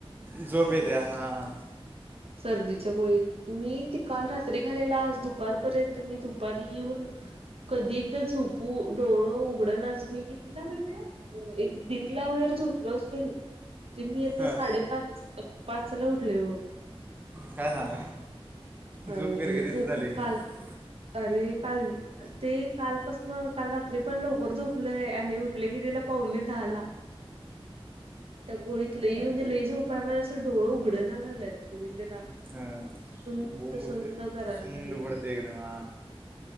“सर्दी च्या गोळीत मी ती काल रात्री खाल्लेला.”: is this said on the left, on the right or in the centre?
Right